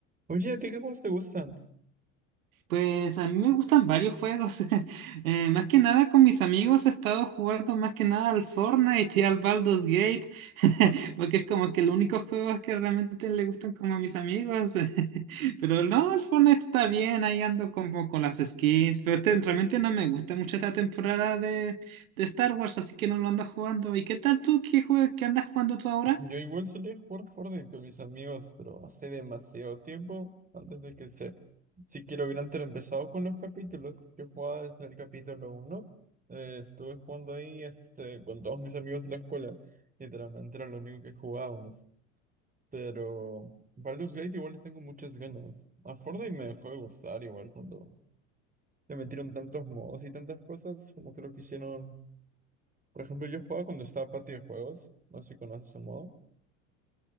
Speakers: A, on the right (about 20°); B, on the right (about 85°).
A: Oye, ¿a ti qué juegos te gustan?
B: Pues a mí me gustan varios juegos. <laughs> Eh, más que nada con mis amigos he estado jugando más que nada al Fortnite y al Baldur's Gate, <laughs> porque es como que los únicos juegos que realmente le gustan como a mis amigos. <laughs> Pero no, el Fortnite está bien, ahí ando como con las skins, pero este, realmente no me gusta mucho esta temporada de, de Star Wars, así que no lo ando jugando. ¿Y qué tal tú? ¿Qué jue- qué andas jugando tú ahora?
A: Yo igual solía jugar Fortnite con mis amigos, pero hace demasiado tiempo antes de que se... Si quiero hubieran empezado con los capítulos. Yo jugaba desde el capítulo uno, eh, estuve jugando ahí este, con todos mis amigos de la escuela. Literalmente era lo único que jugábamos. Pero Baldur's Gate igual le tengo muchas ganas. A Fortnite me dejó de gustar igual cuando le metieron tantos modos y tantas cosas como creo que hicieron... Por ejemplo, yo jugaba cuando estaba Patio de Juegos. No sé si conoces ese modo.